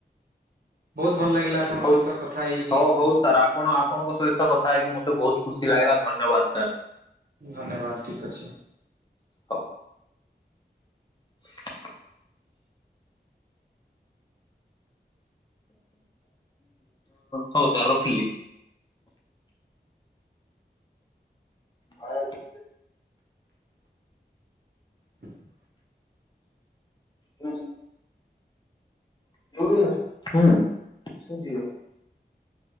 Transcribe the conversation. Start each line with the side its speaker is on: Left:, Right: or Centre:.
Right: ବହୁତ୍ ଭଲ ଲାଗିଲା ଆପଣଙ୍କ
Left: ହଉ
Right: ସହିତ କଥା ହେଇକି
Left: ହଉ ହଉ ସାର୍ ଆପ୍ ପଣ ଆପଣଙ୍କ ସହିତ କଥା ହେଇକି ମତେ ବହୁତ୍ ଖୁସି ଲାଗିଲା ଧନ୍ୟବାଦ ସାର୍।
Right: ଧନ୍ୟବାଦ ଠିକ୍ ଅଛି।
Left: ହଉ। <inaudible> ହଉ ସାର୍ ରଖିଲି? ଭାରତ୍
Right: <inaudible>
Left: ହୁଁ। ହୁଁ।